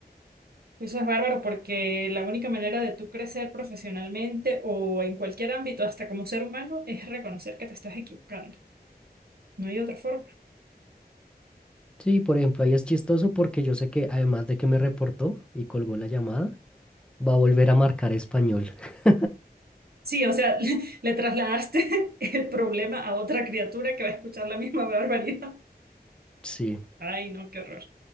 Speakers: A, on the right (about 65°); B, in the centre.
A: Eso es bárbaro porque la única manera de tú crecer profesionalmente o en cualquier ámbito, hasta como ser humano, es reconocer que te estás equivocando. No hay otra forma.
B: Sí, por ejemplo, ahí es chistoso porque yo sé que además de que me reportó y colgó la llamada, va a volver a marcar español. <laughs>
A: Sí, o sea, <laughs> le, le trasladaste <laughs> el problema a otra criatura que va a escuchar la misma barbaridad.
B: Sí,
A: Ay, no, qué horror.